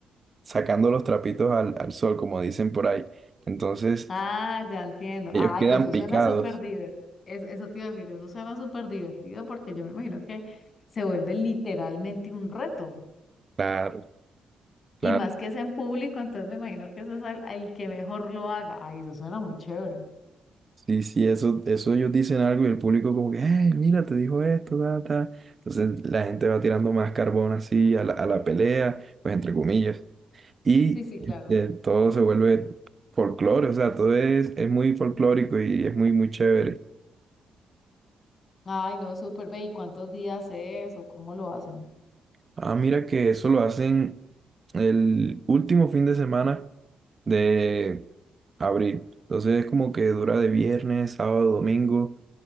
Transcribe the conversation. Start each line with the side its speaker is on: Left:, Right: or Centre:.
Right: sacando los trapitos al, al sol, como dicen por ahí. Entonces,
Left: Ah, ya entiendo.
Right: ellos
Left: Ay,
Right: quedan
Left: eso suena
Right: picados.
Left: súper divertido. eso te iba a decir, eso suena súper divertido porque yo me imagino que se vuelve literalmente un reto.
Right: Claro,
Left: Y
Right: claro.
Left: más que es en público, entonces me imagino que eso es al, al que mejor lo haga. Ay, eso suena muy chévere.
Right: Sí, sí, eso, eso ellos dicen algo y el público como que, hey, mira, te dijo esto, ta, ta". Entonces la gente va tirando más carbón así a la, a la pelea, pues entre comillas. Y
Left: Sí, sí, claro.
Right: este, todo se vuelve folclore, o sea, todo es, es muy folclórico y es muy, muy chévere.
Left: Ay, no, súper. Ve, ¿y cuántos días es o cómo lo hacen?
Right: Ah, mira que eso lo hacen el último fin de semana de abril. Entonces es como que dura de viernes, sábado, domingo.